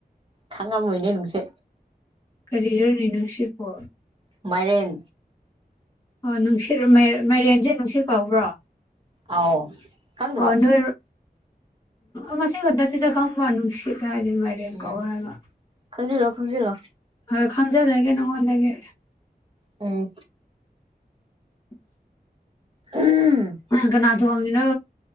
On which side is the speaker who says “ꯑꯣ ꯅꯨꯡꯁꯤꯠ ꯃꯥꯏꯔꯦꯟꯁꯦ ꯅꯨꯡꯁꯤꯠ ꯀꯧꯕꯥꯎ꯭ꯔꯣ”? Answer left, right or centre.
Left